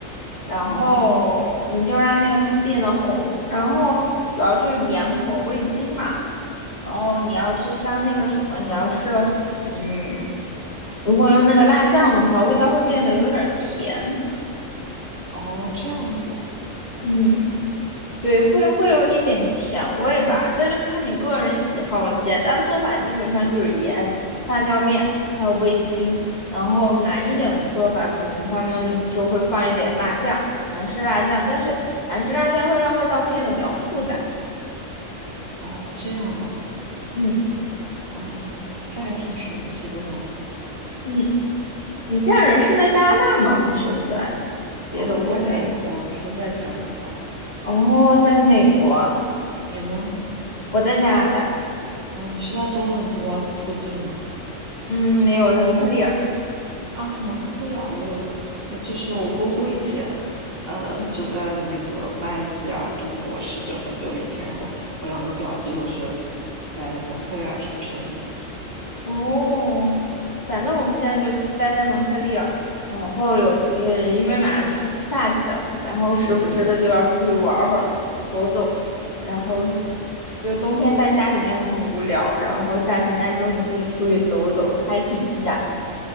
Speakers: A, on the left; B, on the right.
A: 然后你就让那个汤变得红，
B: 哦
A: 然后主要就是盐和味精嘛。然后你要是像那个什么，你要是嗯，如果用那个辣酱的话，味道会变得有点儿甜。
B: 哦，这样子，
A: 嗯。对，会会有一点甜味吧，但是看你个人喜好了。简单做法基本上就是盐、辣椒面，还有味精。然后难一点的做法，可能他们就会放一点辣酱，韩式辣酱。但是韩式辣酱会让味道变得比较复杂。
B: 哦这样啊，
A: 嗯
B: 嗯，这还挺神奇的呢。
A: 嗯，你现在人是在加拿大吗？还是在别的国家？
B: 哦，我在美国，不是在加拿大。
A: 哦，在美国。啊，
B: 你呢？
A: 我在加拿大。
B: 哦，你是在多伦多附近吗？
A: 嗯，没有，我在蒙特利尔。
B: 啊，蒙特利尔，我有，我就是我姑姑以前，呃，
A: 嗯。
B: 就在那个麦吉尔读博士，就很久以前。然后我两个表弟都是在蒙特利尔出生的。
A: 哦，反正我们现在就待在蒙特利尔，然后有也因为马上是夏季了嘛，然后时不时的就要出去玩会儿，
B: 嗯嗯，
A: 走走，然后就冬天在家里面很无聊，然后夏天家终于可以出去走走，hiking 一下。